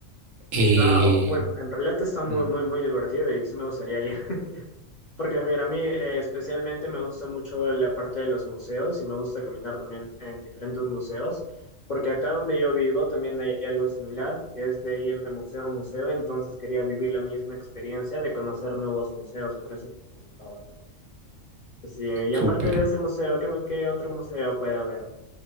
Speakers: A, on the right (about 80°); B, on the left (about 50°).
A: Eh,
B: No, bueno, en realidad está muy,
A: mm,
B: muy, muy divertido y sí me gustaría ir. <laughs> Porque mira, a mí eh, especialmente me gusta mucho la parte de los museos y me gusta caminar también en diferentes museos. Porque acá donde yo vivo también hay algo similar, que es de ir de museo a museo. Entonces quería vivir la misma experiencia de conocer nuevos museos, por eso te preguntaba, ¿no? Pues Sí, y aparte
A: Súper.
B: de ese museo, ¿qué, me- qué otro museo puede haber